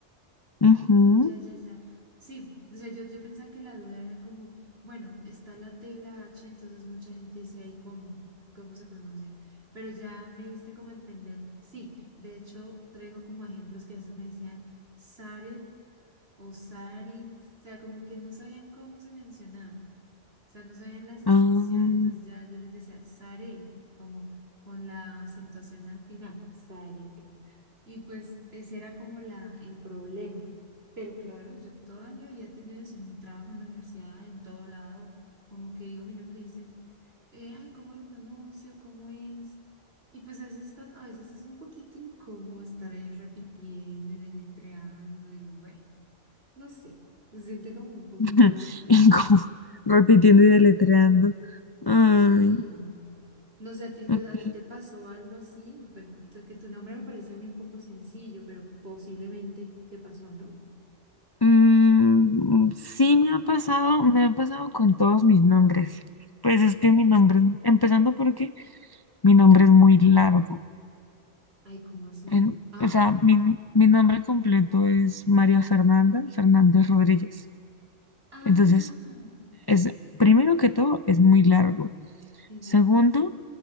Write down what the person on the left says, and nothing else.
ujú,
am,
<laughs>
y como <laughs> repitiendo y deletreando. Ay,
ok.
Mm, sí me ha pasado, me ha pasado con todos mis nombres. Pues es que mi nombre, empezando porque mi nombre es muy largo.
En-
o sea, mi, mi nombre completo es María Fernanda Fernández Rodríguez.
Entonces, es, primero que todo, es muy largo.
Segundo,